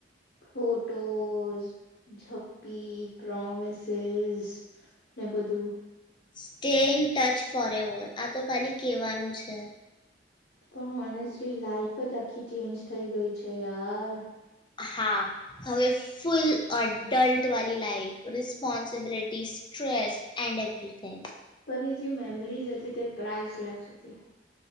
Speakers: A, on the left (about 55°); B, on the left (about 25°).
A: ફોટોઝ જપ્પી પ્રોમિસેસ ને બધું.
B: Stay in touch forever આ તો ખાલી કહેવાનું છે.
A: પણ ઓનેસ્ટલી લાાઈફ જ આખી ચેન્જ થઈ ગઈ છે યાર.
B: હા હવે ફુલ અડલ્ટ વાી life responsibility stress and everything.
A: પર એ જે મેમરીઝ હતી તે પ્રઇસ લેસ હતી.